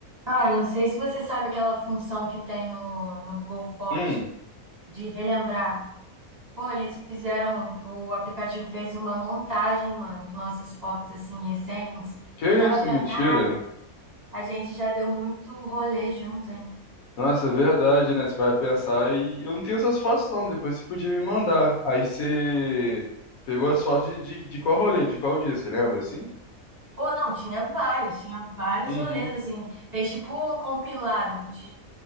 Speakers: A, on the right; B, on the left.
A: Cara, não sei se você sabe aquela função que tem no, no Google Fotos
B: Hum,
A: de relembrar. Pô, eles fizeram, o aplicativo fez uma montagem, mano, com nossas fotos assim recentes.
B: que
A: Eu tava
B: isso,
A: vendo,
B: mentira.
A: caraca, a gente já deu muito rolê junto, hein?
B: Nossa, é verdade, né? Você vai pensar e eu não tenho essas fotos não, depois você podia me mandar. Aí você pegou as fotos de, de, de qual rolê, de qual dia, você lembra assim?
A: Pô, não, tinha vários, tinha vários
B: Uhum.
A: rolês assim. Fez tipo um compilado de